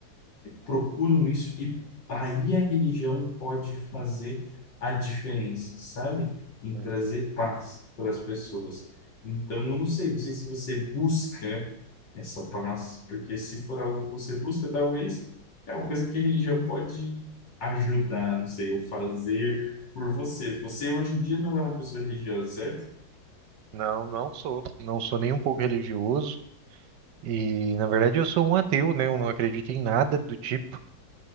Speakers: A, on the left; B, on the right.
A: procuram isso e aí a religião pode fazer a diferença, sabe? Em
B: Uhum.
A: trazer paz para as pessoas. Então, eu não sei, não sei se você busca essa paz, porque se for algo que você busca, talvez é uma coisa que a religião pode ajudar, não sei, ou fazer por você. Você hoje em dia não é uma pessoa religiosa, certo?
B: Não, não sou. Não sou nem um pouco religioso. E, na verdade, eu sou um ateu, né? Eu não acredito em nada do tipo.